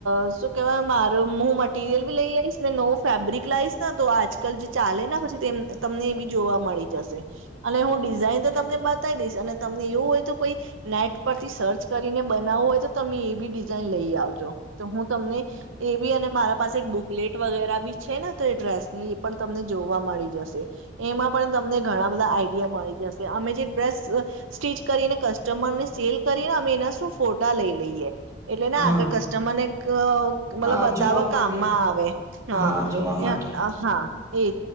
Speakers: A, on the right (about 85°); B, on the right (about 15°).
A: અ શું કેવાય મારો હું મૂ મટીરિયલ બી લઈ આઈશ ને નવો ફેબ્રિક લાઇસ ને તો આજકાલ જે ચાલે ના પછી તેમ તમને એ બી જોવા મળી જશે અને હું ડિઝાઇન તો તમને બતાવી દઈશ અને તમને એવું હોય તો કોઈ નેટ પરથી સર્ચ કરીને બનાવવું હોય તો તમે એ બી ડિઝાઇન લઈ આવજો તો હું તમને એ બી અને મારા પાસે એક બુકલેટ વગેરે બી છે ને તો એ ડ્રેસની એ પણ તમને જોવા મળી જશે એમાં પણ તમને ઘણા બધા આઈડિયા મળી જશે અમે જે ડ્રેસ સ્ટીચ કરીને કસ્ટમર ને સેલ કરીને અમે એના શું ફોટા લઈ લઈએ. એટલે ના
B: હા
A: આગળ કસ્ટમરને કવ. મતલબ
B: હા
A: બતાવા
B: જોવા
A: કામમાં
B: માટે
A: આવે હ અહીંયા
B: હા જોવા માટે
A: હા. એજ